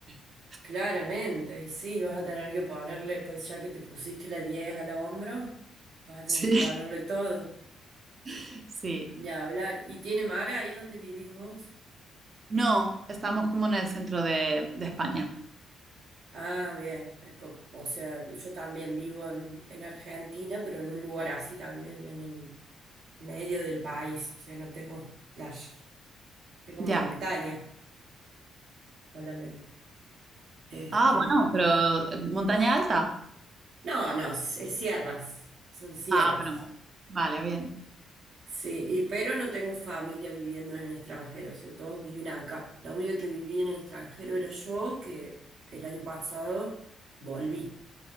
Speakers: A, on the right; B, on the right.
A: <laughs>
B: Claramente, y sí, vas a tener que ponerle, pues ya que te pusiste la 10 al hombro, vas a tener
A: Sí,
B: que ponerle todo,
A: <laughs> sí.
B: ni hablar. ¿Y tiene mar ahí donde vivís vos?
A: No, estamos como en el centro de, de España.
B: Ah, bien, es co- o sea, yo también vivo en, en Argentina, pero en un lugar así también, en el medio del país, o sea, no tengo playa, tengo montaña
A: Ya.
B: solamente. Este,
A: Ah, bueno, pero eh, montaña alta.
B: no, no, es es sierras, son sierras.
A: Ah, bueno. Vale, bien.
B: Sí, y pero no tengo familia viviendo en el extranjero, o sea, todos viven acá. La única que vivía en el extranjero era yo, que el año pasado volví,